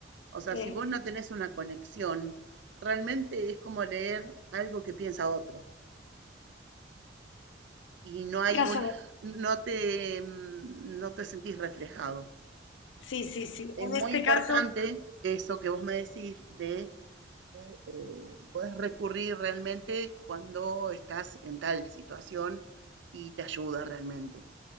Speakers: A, on the right (about 75°); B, on the left (about 85°).
A: o sea,
B: Eh,
A: si vos no tenés una conexión, realmente es como leer algo que piensa otro y no hay
B: caso
A: un, no te, mm, no te sentís reflejado.
B: Sí, sí, sí.
A: Es
B: En
A: muy
B: este
A: importante
B: caso,
A: eso que vos me decís de eh, eh, puedes recurrir realmente cuando estás en tal situación y te ayuda realmente.